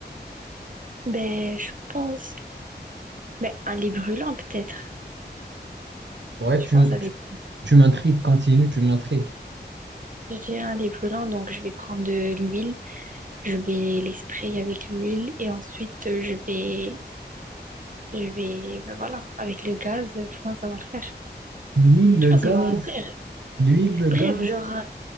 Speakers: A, on the right (about 50°); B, on the right (about 85°).
A: Ben, je pense... Ben, un lait brûlant, peut-être.
B: Ouais,
A: Je
B: tu,
A: pense avec...
B: tu, tu m'intrigues, continue, tu m'intrigues.
A: Je dirais un lait brûlant, donc je vais prendre de l'huile, je vais les sprayer avec l'huile, et ensuite, euh, je vais... Je vais... Ben voilà, avec le gaz, je pense que ça va le faire.
B: L'huile, le
A: Je pense
B: gaz,
A: qu'ils vont mourir.
B: l'huile, le gaz.
A: Bref, genre...